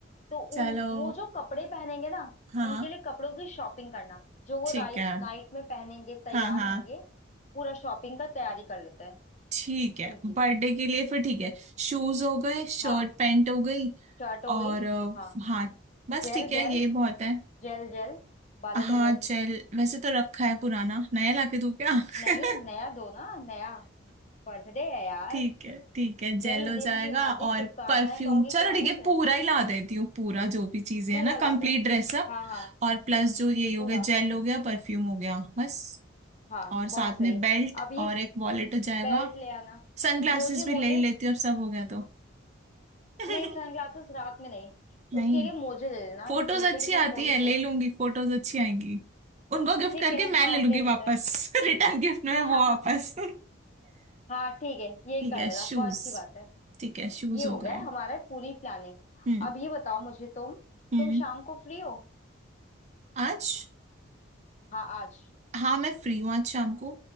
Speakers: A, on the left; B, on the right.
A: तो
B: चलो
A: उन वो जो कपड़े पहनेंगे ना
B: हाँ
A: उनके लिए कपड़ों की शॉपिंग करना जो वो
B: ठीक
A: राइट
B: है
A: नाइट में पहनेंगे तैयार
B: हाँ हाँ
A: होंगे पूरा शॉपिंग का तैयारी कर लेते हैं
B: ठीक है
A: उनकी
B: बर्थडे के लिए फिर ठीक है शूज हो गए शर्ट
A: हाँ
B: पैंट हो गई
A: शर्ट हो
B: और
A: गई
B: अ,
A: हाँ
B: हाँ बस
A: जेल
B: ठीक
A: जेल
B: है ये बहुत है
A: जेल जेल बालों का
B: हाँ
A: जेल
B: जेल वैसे तो रखा है पुराना नया लाके दूँ क्या
A: नहीं
B: <laughs>
A: नया दो ना नया बर्थडे है यार
B: ठीक है ठीक है जेल
A: जन्मदिन
B: हो जाएगा
A: की हार्दिक
B: और
A: शुभकामनाएं
B: परफ्यूम
A: कहोगी
B: चलो
A: पुराने
B: ठीक है
A: से
B: पूरा ही ला देती हूँ पूरा जो भी चीजें
A: पूरा
B: है ना
A: ला
B: कंप्लीट
A: दो
B: ड्रेसअप
A: हाँ हाँ
B: और प्लस जो ये हो
A: पूरा
B: गया जेल हो गया परफ्यूम हो गया बस
A: हाँ
B: और
A: बहुत
B: साथ
A: सही
B: में
A: है
B: बेल्ट
A: अब ये
B: और एक वॉलेट हो जाएगा
A: बेल्ट ले आना
B: सनग्लासेस
A: मोजे मोजे
B: भी ले ही लेती हूँ अब सब हो गया तो <laughs>
A: नहीं सनग्लासेस रात में नहीं
B: नहीं
A: उसके आगे मोजे ले लेना
B: फोटोज
A: जूते
B: अच्छी
A: के साथ
B: आती
A: मोजे
B: है
A: चाहिए
B: ले लूंगी फोटोज अच्छी आएंगी उनको गिफ्ट
A: ठीक
B: करके
A: है
B: मैं
A: हाँ
B: ले लूंगी
A: ले लेते
B: वापस
A: हैं
B: <laughs> रिटर्न गिफ्ट में
A: हाँ
B: वो
A: हाँ
B: वापस
A: हाँ
B: <laughs>
A: हाँ ठीक है ये
B: ठीक
A: कर
B: है
A: लेना
B: शूज
A: बहुत अच्छी बात है
B: ठीक है शूज
A: ये हो
B: हो
A: गया
B: गए
A: है हमारा पूरी प्लानिंग
B: हम्म
A: अब ये बताओ मुझे तुम
B: हम्म
A: तुम शाम को फ्री हो
B: आज
A: हाँ आज
B: हाँ मैं फ्री हूँ आज शाम को